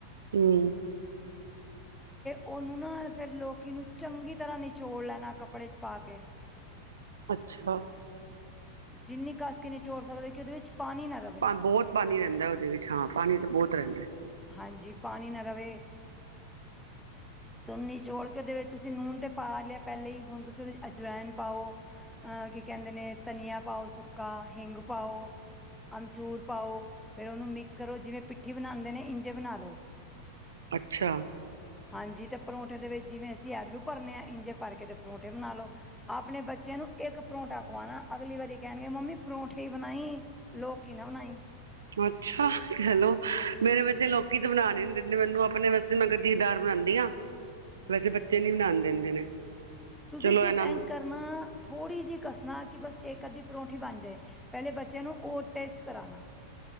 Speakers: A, on the right; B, in the centre.
A: ਹੂੰ।
B: ਹੂੰ। ਫਿਰ ਲੌਕੀ ਨੂੰ ਚੰਗੀ ਤਰ੍ਹਾਂ ਨਿਚੋੜ ਲੈਣਾ ਕੱਪੜੇ 'ਚ ਪਾ ਕੇ।
A: ਅੱਛਾ।
B: ਜਿੰਨੀ ਕੱਸ ਕੇ ਨਿਚੋੜ ਸਕਦੇ ਹੋ ਕਿ ਉਹਦੇ ਵਿੱਚ ਪਾਣੀ ਨਾ ਰਹੇ।
A: ਬਹੁਤ ਪਾਣੀ ਰਹਿੰਦਾ ਉਹਦੇ ਵਿੱਚ, ਹਾਂ ਪਾਣੀ ਤਾਂ ਬਹੁਤ ਰਹਿੰਦਾ।
B: ਹਾਂ ਜੀ, ਪਾਣੀ ਨਾ ਰਹੇ। ਧੁੰਨੀ ਛੜ ਕੇ ਉਹਦੇ ਵਿੱਚ ਤੁਸੀਂ ਲੂਣ ਤਾਂ ਪਾ ਲਿਆ ਪਹਿਲਾਂ ਹੀ, ਹੁਣ ਤੁਸੀਂ ਉਹਦੇ ਵਿੱਚ ਅਜਵਾਇਣ ਪਾਓ। ਅਹ, ਕੀ ਕਹਿੰਦੇ ਨੇ ਧਨੀਆ ਪਾਓ, ਸੁੱਕਾ ਹਿੰਗ ਪਾਓ। ਅਮਚੂਰ ਪਾਓ, ਫੇਰ ਉਹਨੂੰ ਮਿਕਸ ਕਰੋ ਜਿਵੇਂ ਪਿੱਠੀ ਬਣਾਉਂਦੇ ਨੇ। ਇੰਝ ਬਣਾ ਲਓ।
A: ਅੱਛਾ।
B: ਹਾਂ ਜੀ, ਅਤੇ ਪਰੌਂਠੇ ਦੇ ਵਿੱਚ ਜਿਵੇਂ ਅਸੀਂ ਆਲੂ ਭਰਦੇ ਹਾਂ, ਇੰਝ ਭਰ ਕੇ ਪਰੌਂਠੇ ਬਣਾ ਲਓ। ਆਪਣੇ ਬੱਚਿਆਂ ਨੂੰ ਇੱਕ ਪਰੌਂਠਾ ਖਵਾਉਣਾ, ਅਗਲੀ ਵਾਰੀ ਕਹਿਣਗੇ ਮੰਮੀ ਪਰੌਂਠੇ ਬਣਾਈਂ। ਲੋਕੀਂ ਨਾ ਬਣਾਈਂ।
A: ਅੱਛਾ ਚਲੋ ਮੇਰੇ ਬੱਚੇ ਲੌਕੀ ਤਾਂ ਬਣਾਉਣੇ ਨੀਂ ਦਿੰਦੇ ਮੈਨੂੰ ਆਪਣੇ। ਮੈਂ ਫਿਰ ਵੀ ਬਣਾਉਂਦੀ ਹਾਂ, ਵੈਸੇ ਬੱਚੇ ਨੀਂ ਬਣਾਉਣ ਦਿੰਦੇ।
B: ਤੁਸੀਂ
A: ਚਲੋ
B: ਸਿਰਫ਼
A: ਇਹਨਾਂ ਨੂੰ
B: ਇੰਝ ਕਰਨਾ ਥੋੜ੍ਹੀ ਜਿਹੀ ਕਸਣਾ ਕਿ ਬਸ ਇੱਕ ਅੱਧੀ ਪਰੌਂਠੀ ਬਣ ਜਾਏ। ਪਹਿਲਾਂ ਬੱਚਿਆਂ ਨੂੰ ਉਹ ਟੇਸਟ ਕਰਾਉਣਾ।